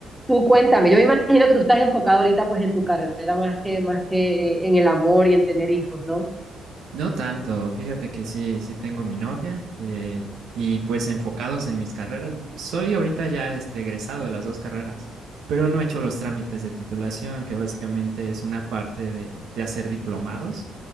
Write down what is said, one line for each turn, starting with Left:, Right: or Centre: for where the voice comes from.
Centre: tú cuéntame, yo me imagino que tú estás enfocado ahorita pues en tu carrera más que, más que eh, en el amor y en tener hijos, ¿no?
Right: No tanto, fíjate que sí, sí tengo mi novia eh, y pues enfocados en mis carreras. Soy ahorita ya este, egresado de las dos carreras, pero no he hecho los trámites de titulación, que básicamente es una parte de, de hacer diplomados,